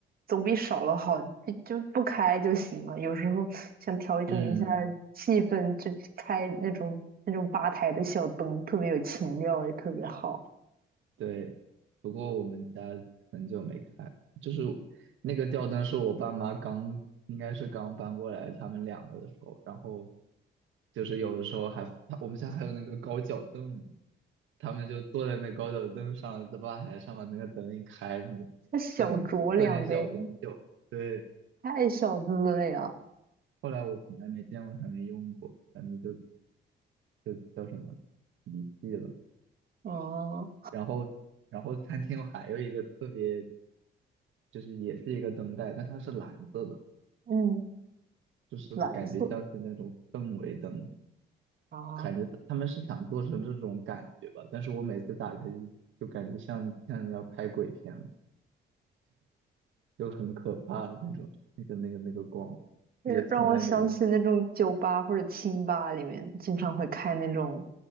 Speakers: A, on the right (about 50°); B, on the right (about 75°).
A: 总比少了好，就就不开就行了。有时候想调整一下气氛，
B: 嗯，
A: 就开那种那种吧台的小灯，特别有情调，也特别好。
B: 对，不过我们家很久没开了，就是那个吊灯是我爸妈刚，应该是刚搬过来他们两个的时候，然后就是有的时候还，我们家还有那个高脚凳，他们就坐在那高脚凳上，在吧台上把那个灯一开，然后就
A: 那小酌两杯，
B: 喝点喝点小红酒。对，
A: 太小资了呀。
B: 后来我从来没见过他们用过，他们就就叫什么遗弃了。
A: 啊
B: 然后然后餐厅还有一个特别。就是也是一个灯带，但是它是蓝色的，
A: 嗯，
B: 就是感觉像是那种氛围灯，
A: 蓝色。啊，
B: 感觉他们是想做成这种感觉吧。但是我每次打开就就感觉像像人家拍鬼片了，就很可怕那种，那个那个那个光也从来没用
A: 就是让我想起那种酒吧或者清吧里面经常会开那种